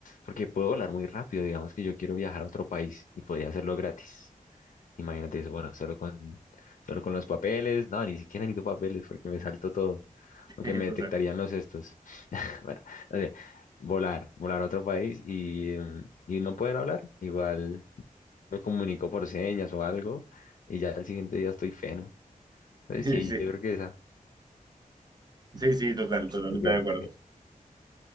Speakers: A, on the left; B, on the right.
A: porque puedo volar muy rápido, digamos que yo quiero viajar a otro país y podría hacerlo gratis. Imagínate eso, bueno, solo con, solo con los papeles, no, ni siquiera necesito papeles porque me salto todo, aunque
B: ¿no?
A: me
B: <laughs> Total.
A: detectarían los estos. <laughs> Bueno, no sé, volar, volar a otro país y, em, y no poder hablar, igual me comunico por señas o algo y ya al siguiente día estoy feno. Entonces
B: <laughs>
A: sí,
B: Sí,
A: yo creo que esa.
B: sí, sí, total, totalmente
A: ¿Tú qué-
B: de acuerdo.
A: tú qué